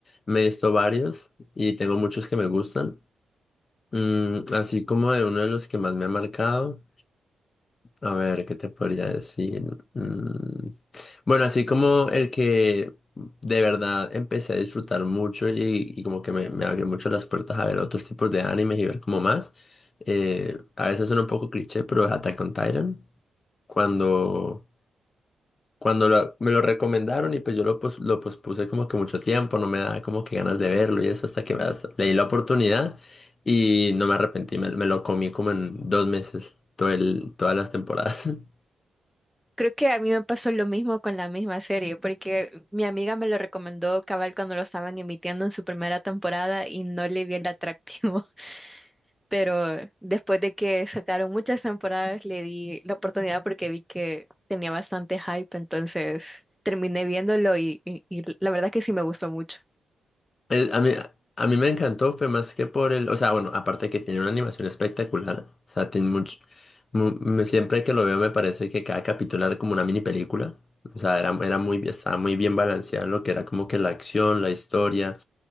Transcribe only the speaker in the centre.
Creo que a mí me pasó lo mismo con la misma serie, porque mi amiga me lo recomendó cabal cuando lo estaban emitiendo en su primera temporada y no le vi el atractivo, <laughs> pero después de que sacaron muchas temporadas le di la oportunidad porque vi que tenía bastante hype, entonces terminé viéndolo y, y- y la verdad que sí me gustó mucho.